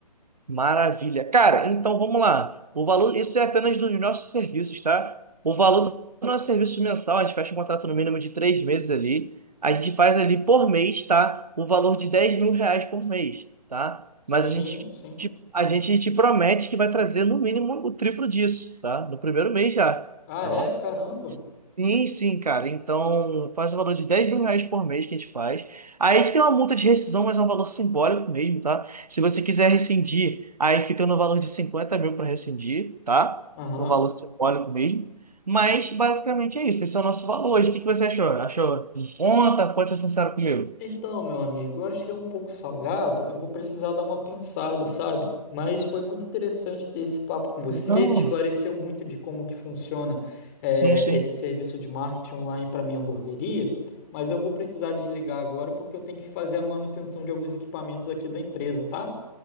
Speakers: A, on the right; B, on the left.
A: Maravilha. Cara, então vamos lá. O valor, isso é apenas dos nossos serviços, tá? O valor do nosso serviço mensal, a gente fecha um contrato no mínimo de três meses ali. A gente faz ali por mês, tá? O valor de dez mil reais por mês, tá?
B: Sim,
A: Mas a gente,
B: sim.
A: te- a gente te promete que vai trazer no mínimo o triplo disso, tá? No primeiro mês já,
B: Ah,
A: tá
B: é?
A: bom?
B: Caramba.
A: Sim, sim, cara. Então, faz o valor de dez mil reais por mês que a gente faz. Aí a gente tem uma multa de rescisão, mas é um valor simbólico mesmo, tá? Se você quiser rescindir, aí fica no valor de 50 mil para rescindir, tá?
B: Aham.
A: Um valor simbólico mesmo. Mas, basicamente, é isso. Esse é o nosso valor. hoje. O que que você achou? Achou em conta? Pode ser sincero comigo.
B: Então, meu amigo, eu achei um pouco salgado. Eu vou precisar dar uma pensada, sabe? Mas foi muito interessante ter esse papo com você.
A: Não.
B: Me esclareceu muito de como que funciona, eh,
A: Sim, sim.
B: esse serviço de marketing online para minha hamburgueria. Mas eu vou precisar desligar agora porque eu tenho que fazer a manutenção de alguns equipamentos aqui da empresa, tá?